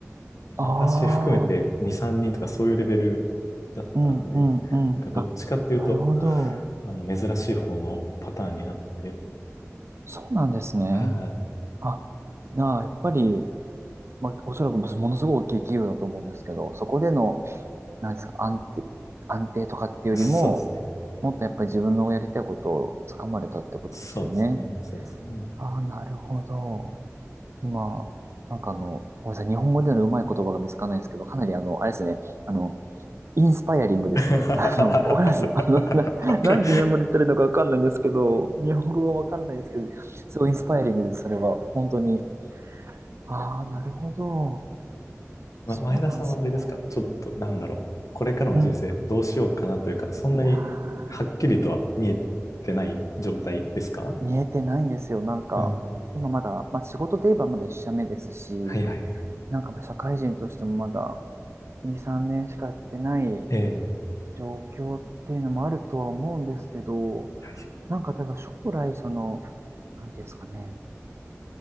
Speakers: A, on the right; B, on the left.
A: ああ、
B: 私含めて2、3人とかそういうレベルだったんで、
A: うん、うん、うん。
B: なんかどっちかっていうと、
A: あ、なるほど。
B: あの、珍しい方のパターンになって、
A: そうなんですね。
B: はい、
A: あ、なあ、やっぱり、まあ、おそらくものすごい大きい企業だと思うんですけど、そこでの、なんですか、安定、安定とかっていうよりも、
B: そうですね。
A: もっとやっぱり自分のやりたいことをつかまれたってことですよね。
B: そうですね。そうですね。まあ
A: ああ、なるほど。今、なんかあの、ごめんなさい、日本語でのうまい言葉が見つからないんですけど、かなりあの、あれですね、あの、インスパイアリングですね。
B: <laughs>
A: あの、わかります <laughs> あの、
B: わ
A: な、なんで日本語で言ってるのかわかんないんですけど、
B: かる
A: 日本語はわからないですけど、すごいインスパイアリングです、それは。本当に。ああ、なるほど。
B: ま、
A: そうなんですね。
B: 前田さんはあれですかちょっと、なんだろう。これからの人生どうしようかなというか、
A: うん。
B: そんなにはっきりとは見えてない状態ですか
A: いやー、見えてないんですよ。なんか、
B: うん。
A: 今まだ、まあ仕事で言えばまだ一社目ですし、
B: はいはいはい。
A: なんかまあ社会人としてもまだ2、3年しかやってない
B: ええ、
A: 状況っていうのもあるとは思うんですけど、
B: はい
A: なんか例えば将来その、なんていうんですかね、